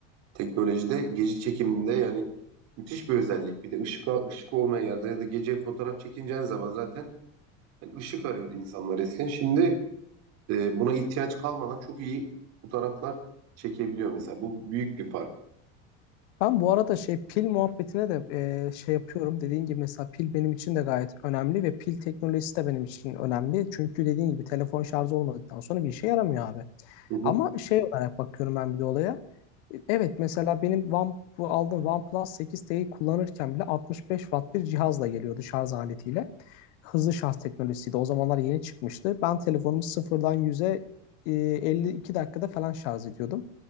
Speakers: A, on the right; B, on the left.
A: Teknolojide gece çekiminde yani müthiş bir özellik. Bir de ışık, ışık olmayan yerde ya da gece fotoğraf çekineceğin zaman zaten Yani ışık arıyordu insanlar eskiden. Şimdi e, buna ihtiyaç kalmadan çok iyi fotoğraflar çekebiliyor mesela. Bu büyük bir fark.
B: Ben bu arada şey pil muhabbetine de e, şey yapıyorum. Dediğin gibi mesela pil benim için de gayet önemli ve pil teknolojisi de benim için önemli. Çünkü dediğin gibi telefon şarjı olmadıktan sonra bir işe yaramıyor abi.
A: Hı hı.
B: Ama şey olarak bakıyorum ben bir de olaya. Evet mesela benim One, bu aldığım OnePlus 8T'yi kullanırken bile 65 watt bir cihazla geliyordu şarj aletiyle. Hızlı şarj teknolojisiydi. O zamanlar yeni çıkmıştı. Ben telefonumu sıfırdan 100'e e, 52 dakikada falan şarj ediyordum.